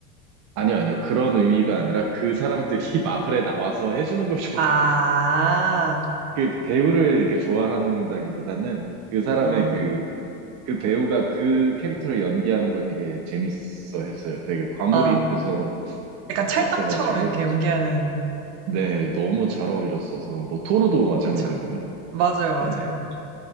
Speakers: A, on the right (about 40°); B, on the right (about 60°).
A: 아니요, 아니요. 그런 의미가 아니라 그 사람들이 <laughs> 마블에 나와서 해주는 걸 좋아해.
B: 아,
A: 그 배우를 이렇게 좋아한다기보다는 그 사람의
B: 아,
A: 그, 그 배우가 그 캐릭터를 연기하는 걸 되게 재밌어 했어요. 되게 과몰입해서
B: 아, 약간 찰떡처럼
A: 봤어가지고.
B: 이렇게 연기하는
A: 네, 너무 잘 어울렸어서. 뭐, 토르도 마찬가지고요.
B: 그렇죠. 맞아요, 맞아요.
A: 네.